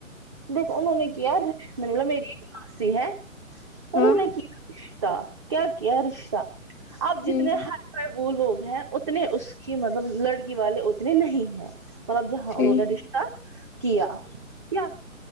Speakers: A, on the right; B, on the left.
A: دیک اننوں نے کیا <inaudible> م ل میری ایک ماسی ہے
B: ہاں
A: انہوں نے کیا رشتہ کیا کیا رشتہ
B: ٹھیک
A: اب جتنے ہر وہ لوگ ہیں اتنے اس کی مطلب لڑکی والے اتنے نہیں ہیں مطلب جہاں
B: ٹھیک
A: انہوں نے رشتہ کیا کیا